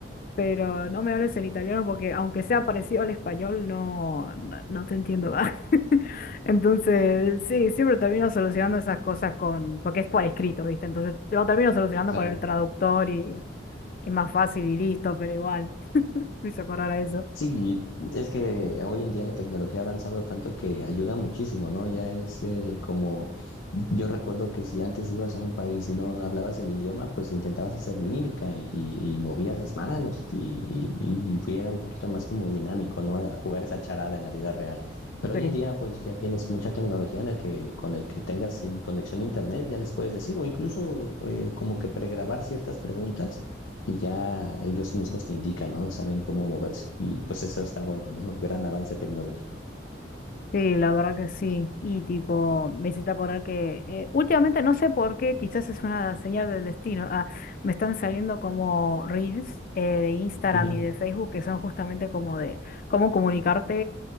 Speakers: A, on the left; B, on the left.
A: pero no me hables en italiano porque aunque sea parecido al español, no, no, no te entiendo. ¿va? <laughs> Entonces, sí, siempre termino solucionando esas cosas con, porque es por escrito, ¿viste? Entonces lo termino solucionando
B: claro.
A: con el traductor y y más fácil y listo, pero igual, me hizo acordar a eso.
B: Sí, es que hoy en día la tecnología ha avanzado tanto que ayuda muchísimo, ¿no? Ya es eh, como, yo recuerdo que si antes ibas a un país y no hablabas el idioma, pues intentabas hacer mímica y, y- y movías las manos y, y, y era un poquito más como dinámico, ¿no? A jugar esa charada en la vida real. Pero
A: Sí.
B: hoy en día, pues ya tienes mucha tecnología en el que con el que tengas in- conexión a internet, ya les puedes decir, o incluso eh, como que pregrabar ciertas preguntas y ya ellos mismos te indican, ¿no? Saben cómo moverse y pues eso está bueno, ¿no? Gran avance tecnológico.
A: Sí, la verdad que sí. Y tipo, me hiciste acordar que eh, últimamente no sé por qué, quizás es una señal del destino. Ah, me están saliendo como reels eh, de Instagram
B: Ujú.
A: y de Facebook que son justamente como de cómo comunicarte